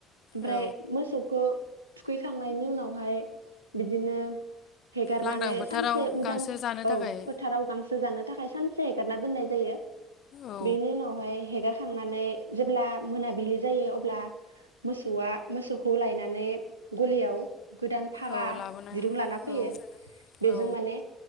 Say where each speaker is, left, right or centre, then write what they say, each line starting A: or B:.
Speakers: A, on the right (about 80°); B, on the left (about 50°).
A: ओमफ्राय
B: औ
A: मोसौखो थुखैखांनायनि उनावहाय बिदिनो हेगारनानै
B: लांदां फोथाराव
A: सानसे उदां
B: गांसो जानो थाखाय
A: औ फोथाराव गांसो जानो थाखाय सानसे हगारना दोननाय जायो
B: औ
A: बेनि उनावहाय हेगारखांनानै जेब्ला मोनाबिलि जायो अब्ला मोसौआ मोसौखौ लायनानै गलियाव गोदान फागा
B: औ लाबोनानै
A: दिरुं लाना फैयो
B: औ
A: बेजों
B: औ
A: माने